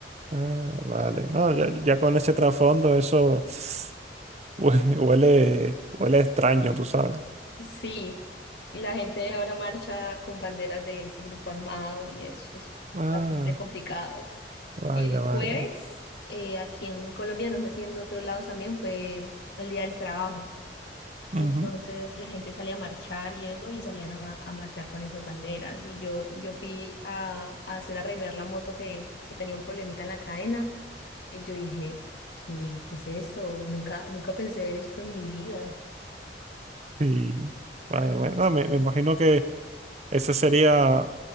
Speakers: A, on the right (about 40°); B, on the left (about 70°).
A: ah, vale. No, ya, ya con ese trasfondo eso <laughs> hue- huele, huele extraño, tú sabes.
B: Sí, y la gente ahora marcha con banderas de ese grupo armado y eso es
A: Ah,
B: bastante complicado.
A: vaya,
B: El
A: vaya.
B: jueves, eh, aquí en Colombia, no sé si en otros lados también, fue el Día del Trabajo.
A: Ujú.
B: Entonces la gente salía a marchar y eso, y salían a, a marchar con esas banderas. Y yo, yo fui a, a hacer arreglar la moto que, que tenía un problemita en la cadena. Y yo dije, ¿qué, qué es esto? Nunca, nunca pensé ver esto en mi vida.
A: Sí, vaya, vaya. No, me, me imagino que eso sería,